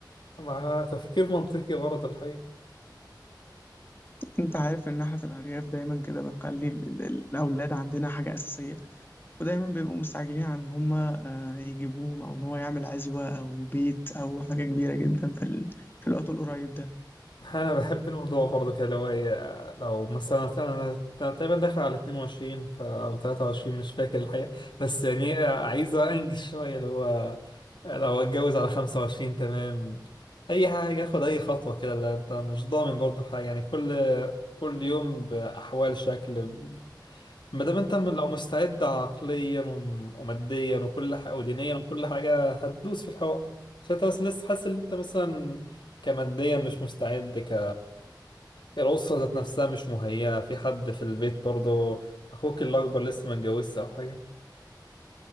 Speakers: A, on the left; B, on the left.
A: مع تفكير منطقي برضه الحقيقه
B: انت عارف ان احنا في الارياف دايما كده بنخلي ال- ال- ال- الاولاد عندنا حاجه اساسيه ودايما بيبقوا مستعجلين عن ان هم يجيبوهم او ان هو يعمل عزوه او بيت او حاجه كبيره جدا في ال... في الوقت القريب ده
A: <laughs> انا بحب الموضوع برضه كده لو إيه، لو مثلا انا أنا تقريبا داخل على 22 ف- او 23 مش فاكر الحقيقه بس يعني إيه، عايز انجز شويه اللي هو لو اتجوز على 25 تمام اي حاجه اخد اي خطوه كده لا انت مش ضامن برضه حاجه يعني كل كل يوم باحوال شكل ب- ما دام انت من- لو مستعد عقليا وم- وماديا وكل حاجه ودينيا وكل حاجه هتدوس في الحوار بس انت بس لسه حاسس ان انت مثلا كماديا مش مستعد ك الأسرة ذات نفسها مش مهيئة في حد في البيت برضه أخوك الأكبر لسه ما اتجوزش أو حاجة